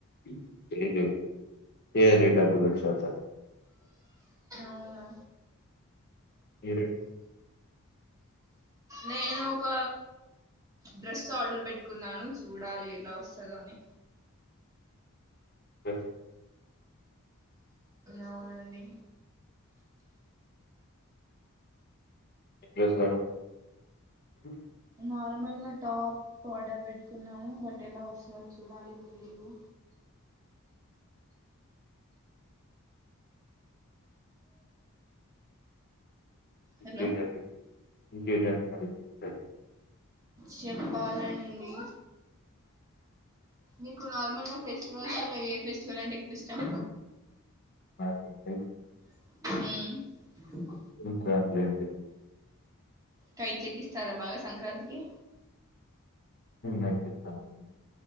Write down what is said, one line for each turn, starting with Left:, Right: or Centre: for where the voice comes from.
Left: అండీ చేయలేదు, చేయనికి డబ్బులు సరసాదు
Right: అవునా
Left: మీరు అండీ
Right: నేను ఒక డ్రెస్ ఆర్డర్ పెట్టుకున్నాను చూడాలి ఎలా వస్తదో అని
Left: డ్రెస్సా
Right: అవునండి
Left: ఎ డ్రెస్ ఆర్డర్ పెట్టుకున్నావు
Right: నార్మల్గా టాప్ ఆర్డర్ పెట్టుకున్నాను బట్ ఎలా వస్తదో చూడాలి తెలిదు
Left: ఓకే
Right: హలో
Left: నండి, మరి ఇంకేంటి అండి విషయాలు
Right: చెప్పాలండి మీకు నార్మల్ గా ఫెస్టివల్స్ లో ఏ ఫెస్టివల్ అంటే ఎక్కువ ఇష్టం
Left: నాకైతే
Right: హుమ్
Left: సంక్రాంతి అండి
Right: కై చకిస్తారా బాగా సంక్రాంతికి
Left: నపిస్తాను అండీ